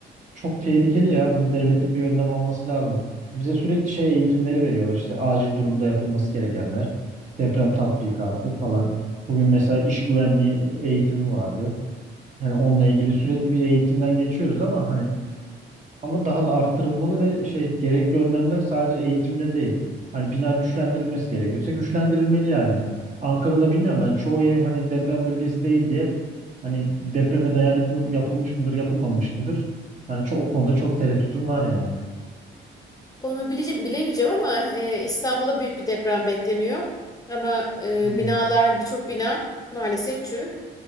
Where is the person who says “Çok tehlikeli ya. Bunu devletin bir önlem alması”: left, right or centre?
Right